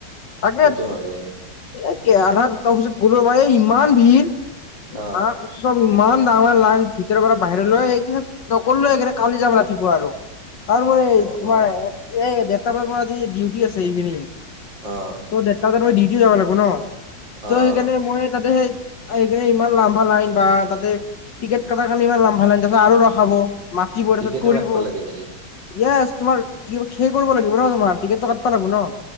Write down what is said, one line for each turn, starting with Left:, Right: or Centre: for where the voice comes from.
Left: তাকে
Right: এইটোতো
Left: এ
Right: হয়ে
Left: আধা তাৰপিছত গলৰ বাৰ ইমান ভিৰ।
Right: অ
Left: মা- চব ইমান ডাঙৰ লাইন ভিতৰৰ পৰা বাহিৰলৈ, নকৰো সেইকাৰণে কালি যাম ৰাতিপুৱা আৰু। তাৰ পৰে
Right: অ
Left: তোমাৰ
Right: অ
Left: এই দেৰটা বজা পৰা আজি ডিউটি আছে ইভিনিং।
Right: অঁ।
Left: ত ডেৰতা বজাত মই ডিউটি যাব লাগিব ন,
Right: অ
Left: ত সেইকাৰণে মই তাতে হে- সেইকাৰণে ইমান লাম্বা লাইন বা তাতে টিকেট কটাৰ কাৰণে ইমান লম্বা লাইন তাতে আৰু ৰখাব। মাতিব তাৰপিছত
Right: টিকেটো
Left: কৰিব।
Right: কাটব লাগে নেকি
Left: ইয়েছ, তোমাৰ খেই কৰিব লাগিব ন তোমাৰ, টিকেটটো কাটব লাগিব ন।